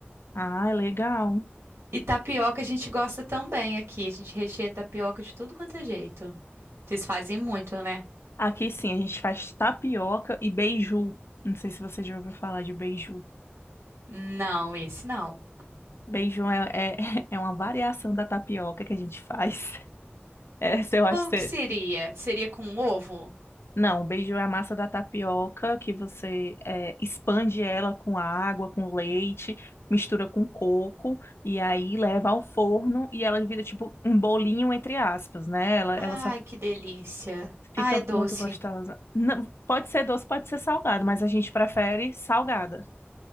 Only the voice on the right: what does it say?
E tapioca a gente gosta também aqui. A gente recheia tapioca de tudo quanto é jeito. Vocês fazem muito, né?
Não, esse não.
Como
que seria? Seria com ovo?
Ai,
que delícia.
Ah, é doce.